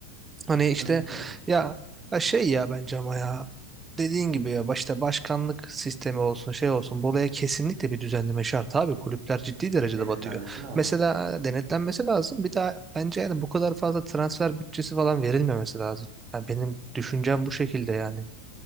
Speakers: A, on the right; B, on the right.
A: Hani işte
B: Tabii ki de
A: ya, ya şey ya bence ama ya dediğin gibi ya başta başkanlık sistemi olsun şey olsun buraya kesinlikle bir düzenleme şart abi kulüpler ciddi derecede
B: denetlenmesi
A: batıyor.
B: lazım.
A: Mesela e, denetlenmesi lazım bir daha bence yani bu kadar fazla transfer bütçesi falan verilmemesi lazım. Yani benim düşüncem bu şekilde yani.